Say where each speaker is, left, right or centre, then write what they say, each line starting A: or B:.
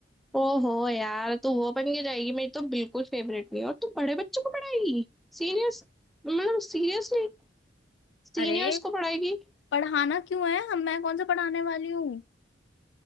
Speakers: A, in the centre; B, on the left (about 75°).
A: ओहो यार तू वो बन के जाएगी मेरी तो बिल्कुल फेवरेट नहीं है। और तू बड़े बच्चों को पढ़ाएगी सीनियर्स मतलब सीरियसली सीनियर्स
B: अरे
A: को पढ़ाएगी
B: पढ़ाना क्यों है हम मैं कौन सा पढ़ाने वाली हूँ